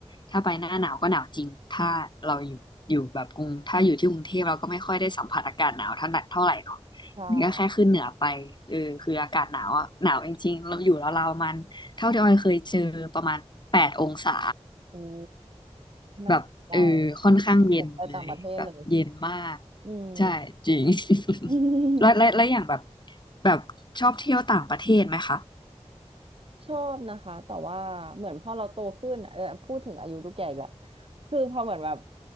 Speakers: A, on the left; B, on the right.
A: ถ้าไปหน้าหนาวก็หนาวจริงถ้าเราอยู่อยู่แบบกรุงถ้าอยู่ที่กรุงเทพเราก็ไม่ค่อยได้สัมผัสอากาศหนาวเท่าไหร่เท่าไหร่เนาะ
B: ค่่
A: นี่ก็แค่ขึ้นเหนือไปเออคืออากาศหนาวอ่ะหนาวจริงๆเราอยู่แล้วเราวๆมันเท่าที่ออยเคยเจอประมาณแปดองศา
B: โอ้น่าสนใจ
A: แบบเออค่อนข้างเย็นเลยแบบเย็นมาก
B: สนใจต่างประเทศเลยอืม
A: ใช่จริง <laughs>
B: <laughs>
A: แล้วและและอย่างแบบแบบชอบเที่ยวต่างประเทศไหมคะ
B: ชอบนะคะแต่ว่าเหมือนพอเราโตขึ้นอะเออพูดถึงอายุทูกแก่อีกแล้วคือพอเหมือนแบบ